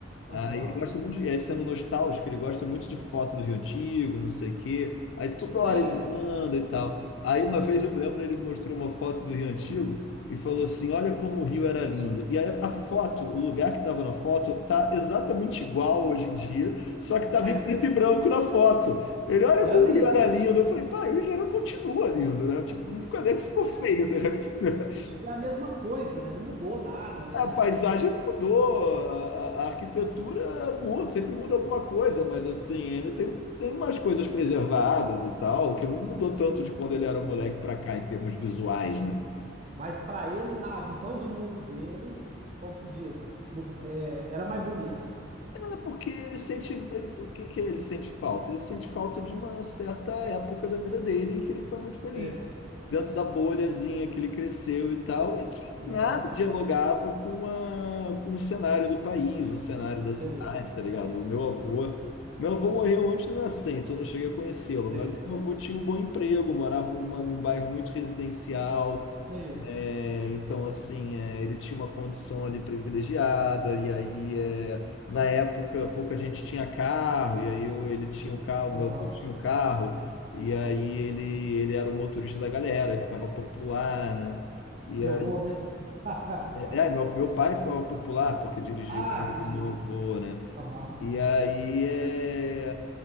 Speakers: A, on the left; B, on the right.
A: Aí
B: Aham.
A: ele gosta muito, de, é, sendo nostálgico, ele gosta muito de foto do Rio Antigo, não sei o quê. Aí toda
B: Sério?
A: hora ele manda e tal. Aí uma vez eu me lembro, ele mostrou uma foto do Rio Antigo e falou assim: Olha como o Rio era lindo. E aí a foto, o lugar que estava na foto, tá exatamente igual hoje em dia, só
B: Ah,
A: que estava
B: Mas
A: em preto e branco na foto. Ele, olha
B: era
A: como
B: lindo.
A: o Rio era lindo. Eu falei, pai, o Rio de Janeiro continua lindo, né? Tipo, não ficou, não é que ficou
B: né?
A: feio, né?
B: Tipo, é a mesma coisa, né? Não mudou nada, né?
A: A paisagem não mudou, a, a- arquitetura muda, sempre muda alguma coisa, mas assim, ainda tem,
B: Aí-
A: tem umas coisas preservadas e tal, que não mudou tanto de quando ele era moleque para cá, em termos visuais,
B: Sim.
A: né?
B: Mas para ele, na visão de mundo dele, como se diz, mu- é, era mais bonito.
A: É porque ele sente, ele- o que que ele sente falta? Ele sente falta de uma certa época da vida dele em que ele foi muito feliz,
B: Sei,
A: dentro da bolhazinha que ele cresceu e tal, e que
B: aham,
A: nada dialogava com a, com o cenário do país, o cenário da
B: sei,
A: cidade, tá ligado? O meu avô, meu avô morreu antes de eu nascer, então eu não cheguei a conhecê-lo,
B: sei,
A: mas meu avô tinha um bom emprego, morava numa, num bairro muito residencial,
B: sei,
A: é, então, assim, é, ele tinha uma condição ali privilegiada, e aí, é, na época, pouca gente tinha carro, e aí eu- ele tinha o carro,
B: aham,
A: meu avô tinha o carro, e aí ele, ele era o motorista da galera, e ficava popular, né? E
B: Seu
A: aí,
B: avô, né? <laughs>
A: é, é, meu, meu pai ficava popular porque dirigia
B: Ah,
A: o carro
B: entendi.
A: do meu avô, né?
B: aham,
A: E aí, é...